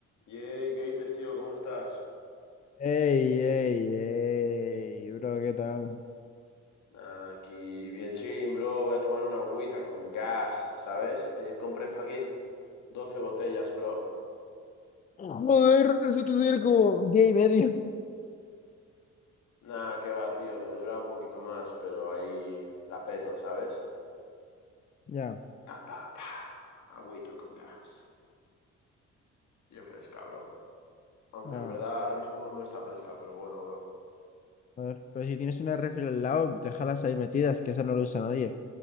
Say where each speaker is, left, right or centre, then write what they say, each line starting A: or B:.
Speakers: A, on the left (about 70°); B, on the left (about 25°).
A: Yey, ¿qué dices, tío? ¿Cómo estás?
B: Ey, ey, ey, bro, ¿qué tal?
A: Nah, Aquí bien chilling, bro. Voy a tomar una agüita con gas, ¿sabes? Ayer compré fucking 12 botellas, bro.
B: Joder, eso estudiar como gay medio.
A: Nah, qué va, tío. Me dura un poquito más, pero ahí la peto, ¿sabes?
B: Ya,
A: Pa, pa, pa. Agüita con gas. Bien fresca, bro. Aunque
B: ah,
A: en verdad ahora mismo no está fresca, pero bueno, bro.
B: a ver, pero si tienes una refri al lado, déjalas ahí metidas, que esa no la usa nadie.